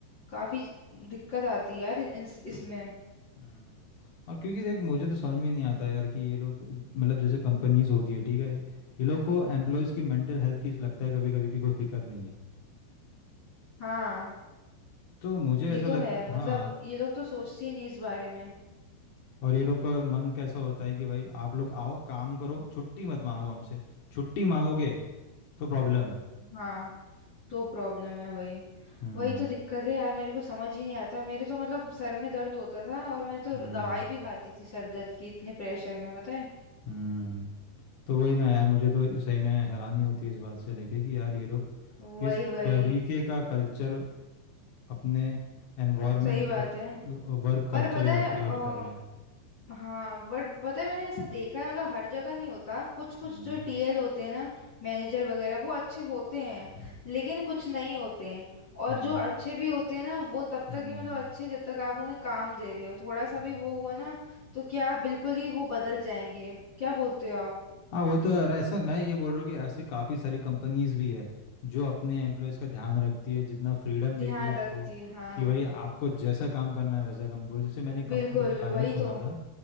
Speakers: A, on the left; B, on the left.
A: काफी दिक्कत आती है यार इस, इसमें
B: हम्म और क्योंकि देख मुझे तो समझ में नहीं आता यार कि ये लोग मतलब जैसे कंपनीज होती है ठीक है ये लोग को एम्प्लॉयज़ की मेंटल हेल्थ की लगता है कभी कभी कि कोई फिक्र नहीं है
A: हाँ
B: तो मुझे
A: ये
B: ऐसा
A: तो
B: लग
A: है मतलब
B: हाँ
A: ये लोग तो सोचते ही नहीं इस बारे में
B: और ये लोग का मन कैसा होता है कि भाई आप लोग आओ काम करो छुट्टी मत मांगो हमसे छुट्टी मांगोगे तो प्रॉब्लम है
A: हाँ तो प्रॉब्लम है वही
B: हम्म
A: वही तो दिक्कत है यार मेरे को समझ ही नहीं आता मेरे तो मतलब सर में दर्द होता था और मैं तो
B: हम्म
A: दवाई भी खाती थी सर दर्द की इतने प्रेशर में पता है
B: हम्म तो वही ना यार मुझे तो सही में हैरानी होती है इस बात से लेके कि यार ये लोग
A: वही
B: किस
A: वही
B: तरीके का कल्चर अपने एनवायरनमेंट
A: सही बात
B: का
A: है
B: वर्क
A: पर
B: कल्चर
A: पता
B: ये
A: है
B: लोग क्रिएट
A: अ,
B: कर रहे हैं
A: हाँ बट पता है मैंने ऐसा देखा है मतलब हर जगह नहीं होता कुछ कुछ
B: हम्म
A: जो टीएल होते हैं ना मैनेजर वगैरह वो अच्छे होते हैं
B: हम्म
A: लेकिन कुछ नहीं होते हैं और
B: हम्म
A: जो अच्छे भी होते हैं ना वो तब तक
B: हम्म,
A: ही मतलब अच्छे जब तक आप उन्हें काम दे रहे हो थोड़ा सा
B: हम्म।
A: भी वो हुआ ना तो क्या बिल्कुल ही वो बदल जाएंगे क्या बोलते हो आप
B: हाँ वो तो यार ऐसा मैं ये बोल रहा हूँ कि ऐसी काफ़ी सारी कंपनीज भी है जो अपने एम्प्लॉयज़ का ध्यान रखती है जितना फ्रीडम
A: ध्यान
B: देती है उनको
A: रखती है हाँ
B: कि भाई आपको जैसा काम करना है वैसा काम करो जैसे मैंने एक
A: बिल्कुल
B: कंपनी के बारे
A: वही
B: में सुना
A: तो
B: था